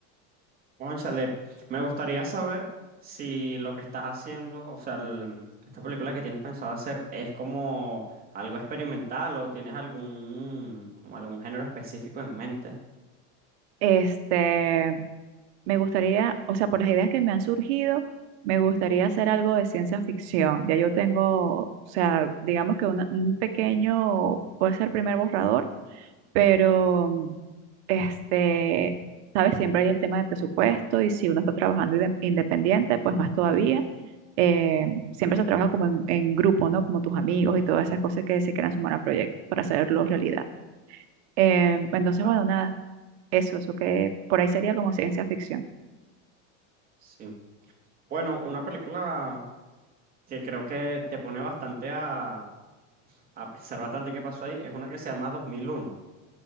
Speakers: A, on the right; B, on the right.
A: Cónchale, me gustaría saber si lo que estás haciendo, o sea, el- esta película que tienes pensado hacer es como algo experimental o tienes algún, como algún género específico en mente.
B: Este, Me gustaría, o sea, por las ideas que me han surgido, me gustaría hacer algo de ciencia ficción. Ya yo tengo, o sea, digamos que una- un pequeño, puede ser primer borrador, pero mm, este, sabes, siempre hay el tema de presupuesto y si uno está trabajando inde- independiente, pues más todavía. Eh, siempre se trabaja como en, en grupo, ¿no? Como tus amigos y todas esas cosas que se quieran sumar a proyectos para hacerlo realidad. Eh, entonces,
A: Claro.
B: bueno, nada, eso, eso que por ahí sería como ciencia ficción.
A: Sí. Bueno, una película que creo que te pone bastante a, a pensar bastante qué pasó ahí es una que se llama 2001,